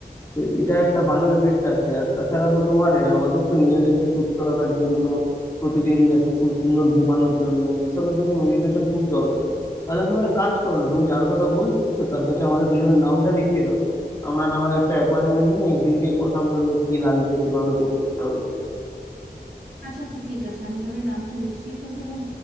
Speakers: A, on the left (about 20°); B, on the right (about 75°).
A: তো এটা একটা ভালো এফেক্ট আছে আর তাছাড়া তো তোমার এ, আমাদের তো নিজেদেরকে সুস্থ রাখার জন্য প্রতিদিন যে একটা সুন্দর ঘুমানোর জন্য এসবের জন্য মেডিটেশন খুব দরকার তাহলে তুমি একটা কাজ করো না তুমি যার কথা বলছো তার কাছে আমাদের দুজনের নামটা লিখিয়ে দাও আমরা না হয় একটা অ্যাপয়েন্টমেন্ট নিয়ে একদিন গিয়ে কথা বলবো কি লাগবে কিভাবে করতে হবে
B: আচ্ছা আচ্ছা ঠিক আছে আমি তাহলে নামটা লিখিয়ে ফেলবো এবং